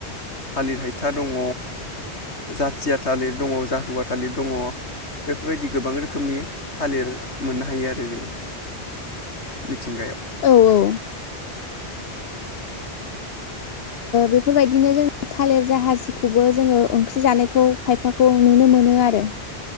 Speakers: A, on the left (about 90°); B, on the left (about 65°).
A: थालिर हायथा दङ जाथिया थालिर दङ जाहुवा थालिर दङ बेफोरबायदि गोबां रोखोमनि थालिर मोननो हायो आरो जोङो मिथिंगायाव
B: औ औ बेफोरबायदिनो जों थालिर जाहाजिखौबो जोङो ओंख्रि जानायखौ खायफाखौ नुनो मोनो आरो।